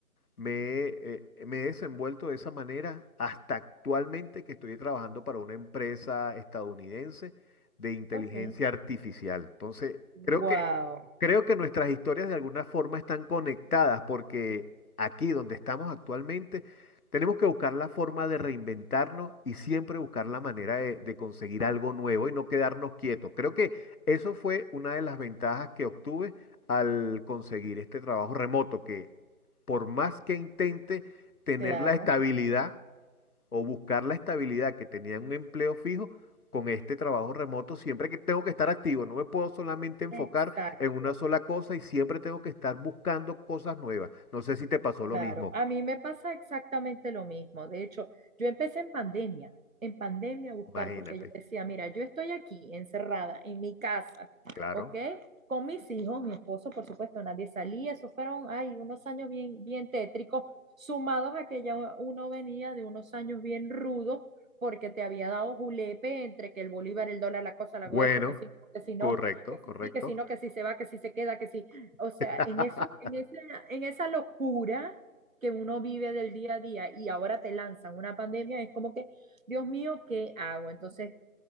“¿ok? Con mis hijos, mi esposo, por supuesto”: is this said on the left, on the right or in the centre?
Right